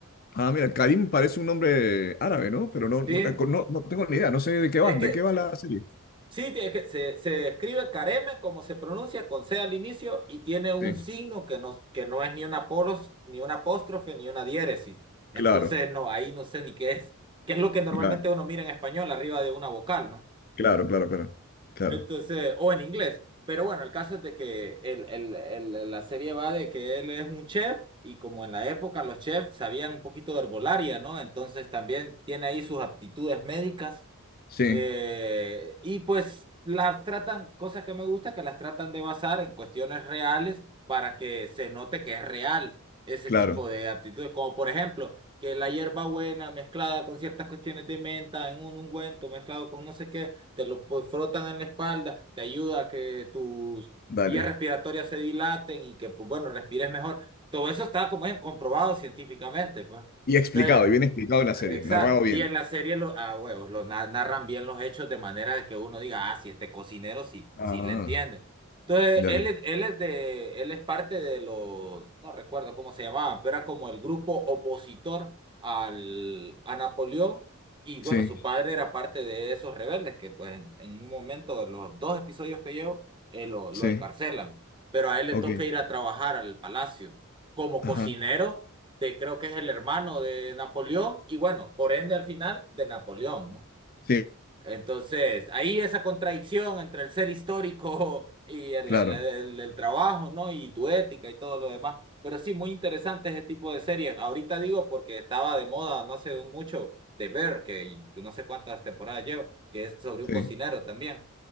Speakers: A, on the left (about 45°); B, on the right (about 25°).
A: Ah, mira, Karim parece un nombre árabe, ¿no? Pero no, no,
B: Sí,
A: no- no tengo ni idea, no sé de qué
B: es
A: va, de
B: que
A: qué va la serie.
B: Sí, tiene que- se, se escribe careme como se pronuncia con C al inicio y tiene un
A: Sí,
B: signo que no, que no es ni una poros, ni una apóstrofe, ni una diéresis. Entonces,
A: claro,
B: no, ahí no sé ni qué es, qué es lo que normalmente
A: cla-
B: uno mira en español arriba de una vocal, ¿no?
A: claro, claro, claro, claro.
B: Entonces, o en inglés. Pero bueno, el caso es de que el, el, el- la serie va de que él es un chef y como en la época los chefs sabían un poquito de herbolaria, ¿no? Entonces también tiene ahí sus aptitudes médicas
A: Sí,
B: eh, y pues las tratan, cosas que me gusta, que las tratan de basar en cuestiones reales para que se note que es real ese
A: claro,
B: tipo de actitudes, como por ejemplo que la hierbabuena mezclada con ciertas cuestiones de menta en un ungüento mezclado con no sé qué, te lo pues, frotan en la espalda, te ayuda a que tus
A: dale.
B: vías respiratorias se dilaten y que pues bueno, respires mejor. Todo eso está como es comprobado científicamente, pues.
A: Y explicado,
B: Entonces,
A: y bien explicado en la serie,
B: Exacto.
A: narrado
B: Y
A: bien.
B: en la serie, lo, a huevos, lo na- narran bien los hechos de manera de que uno diga, ah, si este cocinero sí,
A: Ah,
B: sí le entiende. Entonces,
A: dale.
B: él, es- él es de, él es parte de los, no recuerdo cómo se llamaban, pero era como el grupo opositor al, a Napoleón. Y bueno,
A: Sí,
B: su padre era parte de esos rebeldes que pues en, en un momento, de los dos episodios que llevo, eh, lo, lo
A: sí,
B: encarcelan. Pero a él le
A: ok.
B: toca ir a trabajar al palacio como
A: Ajá,
B: cocinero de creo que es el hermano de Napoleón y bueno, por ende al final de Napoleón, ¿no?
A: sí,
B: Entonces, ahí esa contradicción entre el ser histórico <laughs> y el,
A: claro,
B: el- el- el trabajo, ¿no? Y tu ética y todo lo demás. Pero sí, muy interesante ese tipo de series. Ahorita digo porque estaba de moda no hace un mucho de Bear que no sé cuántas temporadas lleva, que es sobre un
A: sí.
B: cocinero también.